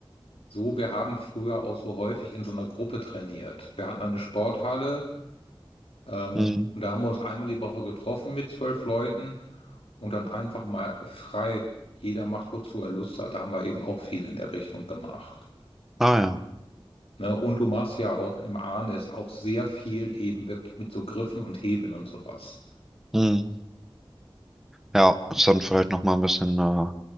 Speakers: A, on the left; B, in the centre.
A: so, wir haben früher auch so häufig in so einer Gruppe trainiert. Wir hatten eine Sporthalle ähm,
B: Hm.
A: und da haben wir uns einmal die Woche getroffen mit zwölf Leuten und dann einfach mal frei. Jeder macht, wozu er Lust hat. Da haben wir eben auch viel in der Richtung gemacht.
B: Ah ja.
A: Ne? Und du machst ja auch im Arnis auch sehr viel eben wirklich mit so Griffen und Hebeln und sowas.
B: Hm. Ja, ist dann vielleicht nochmal ein bisschen äh,